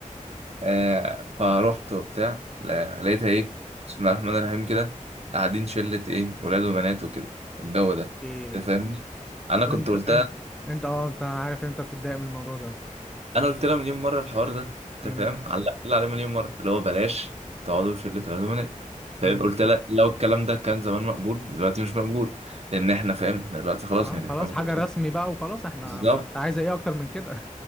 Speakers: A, on the right (about 50°); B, in the centre.
A: آه فروحت وبتاع لا- لقيتها ايه بسم الله الرحمن الرحيم كده قاعدين شلة ايه ولاد وبنات وكده والجو
B: اوكي
A: ده انت فاهمني انا
B: وانت
A: كنت قلتها
B: انت انت اه انت عارف ان انت بتتضايق من الموضوع ده
A: انا قلت لها مليون مرة الحوار ده انت
B: امم
A: فاهم علقت لها عليه مليون مرة اللي هو بلاش تقعدوا في شلة ولاد وبنات فاهم
B: امم
A: قلت لها لو الكلام ده كان زمان مقبول دلوقتي مش مقبول لان احنا فاهم احنا دلوقتي خلاص
B: اه
A: يعني
B: خلاص
A: احنا متجوزين.
B: حاجة رسمي بقى وخلاص احنا
A: بالظبط
B: ما انت عايز ايه اكتر من كده